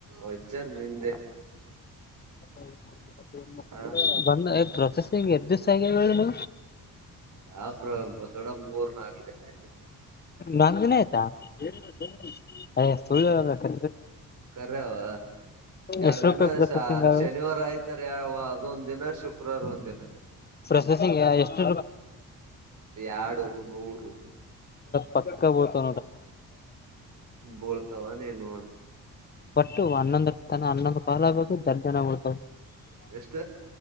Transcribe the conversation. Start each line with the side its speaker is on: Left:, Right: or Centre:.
Right: ಒಜ್ಜನ್ ನಿಂದೆ
Left: ಹ
Right: ಹ
Left: ಬಂದ ಕಸಗೆ್ದುಸಾಯಗ ಹೇಳಳ ನ
Right: ಯಾವ ಪ್ರ ಗೊ ದೊಡ ಮೂರ್ ನ ಆಾಗ್ದೇನೆ
Left: ನಂದಿನೇ ಆಯ್ತಾ ಹೇಳ ಅಯ ಸುಳ್ಳುರಬೇಕೆ
Right: ಕರವ ಎರ
Left: ಎಷ್ಟ್
Right: ದಿನ
Left: ರೂಪಾಯಿ ಪ್ರೊಸೆಸಿಂಗ್
Right: ಶ
Left: ಆಗ
Right: ಶನಿವಾರ ಆಯ್ತಾರ ಅದೊಂದ ದಿನ ಶುಕ್ರವಾರ ಒಂದ್ ದಿನ
Left: ಸ ಎಷ್ಟು
Right: ಎರಡು ನೂರು
Left: ಪಕ್ಕ ಬತಾ
Right: ಬೀಳ್ತಾವ ನೀನ್ ನೋಡ್
Left: ಒಟ್ಟು ಹನ್ನೊಂದು ತಾನ ಹನ್ನೊಂದಂದು ಕಾಲ ಬೇಕು ದಡ್ ಜನ ಬಿಡ್ತವ
Right: ಎಷ್ಟ